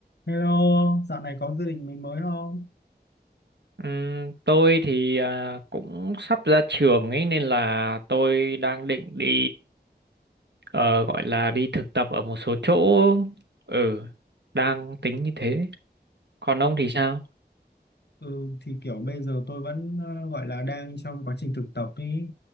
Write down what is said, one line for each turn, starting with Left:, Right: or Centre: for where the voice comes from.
Left: Hello, dạo này có gia đình mình mới không?
Right: Ừm, tôi thì à, cũng sắp ra trường ấy nên là tôi đang định đi ờ, gọi là đi thực tập ở một số chỗ ừ đang tính như thế còn ông thì sao
Left: Ừ, thì kiểu bây giờ tôi vẫn ờ, gọi là đang trong quá trình thực tập ý.